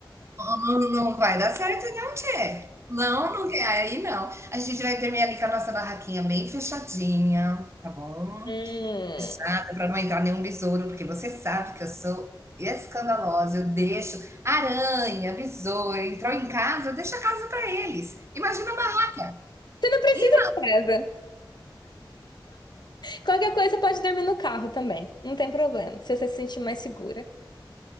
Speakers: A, on the right (about 35°); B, on the left (about 60°).
A: Não, não vai dar certo, não, tchê. Não, não quer. Aí não. A gente vai dormir ali com a nossa barraquinha bem fechadinha, tá bom?
B: Hum.
A: Fechada, pra não entrar nenhum besouro, porque você sabe que eu sou escandalosa. Eu deixo aranha, besouro, entrou em casa, eu deixo a casa pra eles. Imagina a barraca.
B: Você não precisa
A: E
B: de casa. Qualquer coisa, você pode dormir no carro também. Não tem problema, se você se sentir mais segura.